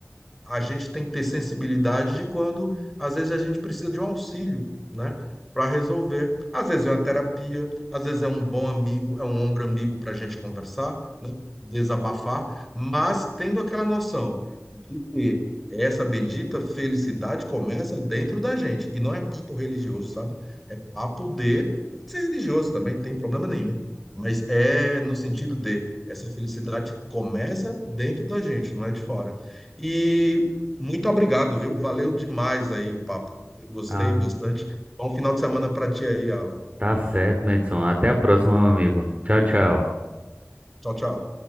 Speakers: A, in the centre; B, on the right.
A: a gente tem que ter sensibilidade de quando, às vezes, a gente precisa de um auxílio, né? Para resolver. Às vezes é uma terapia, às vezes é um bom amigo, é um ombro amigo para a gente conversar, né? Desabafar, mas tendo aquela noção de que essa bendita felicidade começa dentro da gente. E não é papo religioso, sabe? É papo de. Pode ser religioso também, não tem problema nenhum. Mas é no sentido de essa felicidade começa dentro da gente, não é de fora. E muito obrigado, viu? Valeu demais aí o papo. Gostei
B: Ah,
A: bastante. Bom final de semana para ti aí, Alan.
B: tá certo, Madison. Até a próxima, meu amigo. Tchau, tchau.
A: Tchau, tchau.